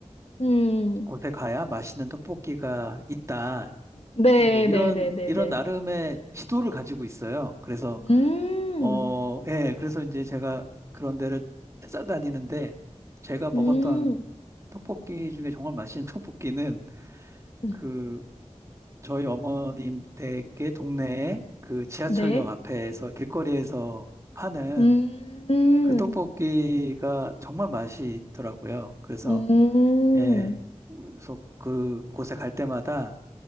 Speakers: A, on the left; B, on the right.
A: 음,
B: 곳에 가야 맛있는 떡볶이가 있다.
A: 네,
B: 이제 이런,
A: 네, 네, 네,
B: 이런
A: 네.
B: 나름의 지도를 가지고 있어요. 그래서,
A: 음,
B: 어, 예, 그래서 이제 제가 그런 데를 찾아다니는데 제가 먹었던
A: 음,
B: 떡볶이 중에 정말 맛있는 떡볶이는
A: 음,
B: 그 저희 어머님 댁의 동네에 그 지하철역
A: 네,
B: 앞에서 길거리에서 하는
A: 음,
B: 그 떡볶이가 정말 맛이 있더라고요. 그래서
A: 음,
B: 예, 그래서 그 곳에 갈 때마다